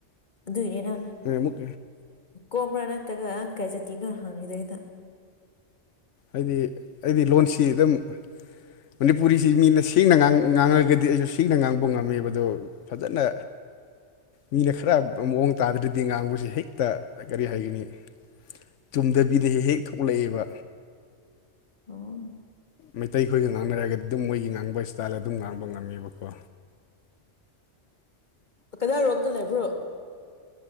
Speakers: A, on the left; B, on the left.
A: ꯑꯗꯨꯒꯤꯅꯤꯅ
B: ꯑꯩꯈꯣꯏ ꯅ ꯑꯃꯨꯛ
A: ꯀꯣꯝꯔ ꯅꯠꯇ꯭ꯔꯒ ꯀꯩ ꯖꯥꯇꯤꯔ ꯍꯪꯉꯤꯗꯣ ꯑꯩꯅ
B: ꯑꯩꯗꯤ ꯂꯣꯟꯁꯤ ꯑꯗꯨꯝ ꯃꯅꯤꯄꯨꯔꯤꯁꯤ ꯃꯤꯅ ꯁꯦꯡꯅꯥ ꯉꯥꯡꯉꯒꯗꯤ ꯑꯩꯁꯨ ꯁꯦꯡꯅ ꯉꯥꯡꯕ ꯉꯝꯃꯦꯕ ꯑꯗꯣ ꯐꯖꯅ ꯃꯤꯅ ꯈꯔ ꯃꯑꯣꯡ ꯇꯥꯗ꯭ꯔꯗꯤ ꯉꯥꯡꯕꯁꯤ ꯍꯦꯛꯇ ꯀꯔꯤ ꯍꯥꯏꯒꯅꯤ ꯆꯨꯝꯗꯕꯤꯗ ꯍꯦꯛ ꯍꯦꯛ ꯊꯣꯛꯂꯛꯑꯦꯕ
A: ꯑꯣ
B: ꯃꯩꯇꯩꯈꯣꯏꯒ ꯉꯥꯡꯅꯔꯒꯗꯤ ꯑꯗꯨꯝ ꯃꯣꯏꯒꯤ ꯉꯥꯡꯕ ꯏꯁꯇꯥꯏꯜ ꯑꯗꯨꯝ ꯉꯥꯡꯕ ꯉꯝꯃꯦꯕꯀꯣ
A: ꯀꯗꯤꯢꯔꯣꯝꯗ ꯂꯩꯕ꯭ꯔꯣ